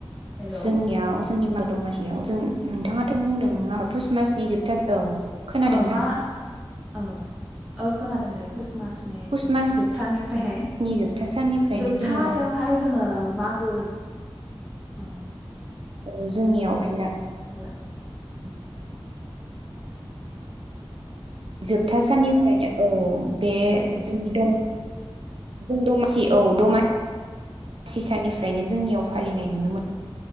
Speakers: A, in the centre; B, on the right (about 70°).
A: हेल'
B: जोंनियाव जोंनि मा दमासियाव जों नोंथाङा। थ' बुंदों नङा पुस मासनि जोबथा औ। खोनादोंना
A: ओ मा औ औ खोनादों दे पुस। मासनि
B: पुस मासनि
A: जोबथानिफ्रायहाय
B: जोबथा साननिफ्रायनो
A: जोबथा
B: जोङो मा
A: शयावहाय। जोङो मागो उम
B: औ जोंनियाव फेना
A: हेल'
B: उम जोबथा साननिफ्रायनो औ बे जोंनि दम जों दमासि औ दमा सि साननिफ्रायनो जोंनियाव फालिनाय नुनो मोन